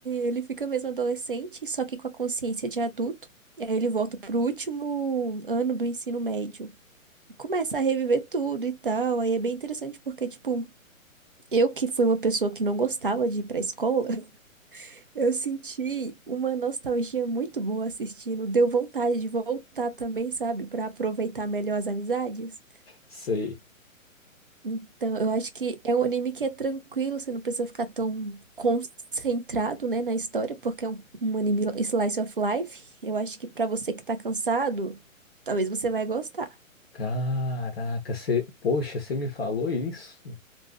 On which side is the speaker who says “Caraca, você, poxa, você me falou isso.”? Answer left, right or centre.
Left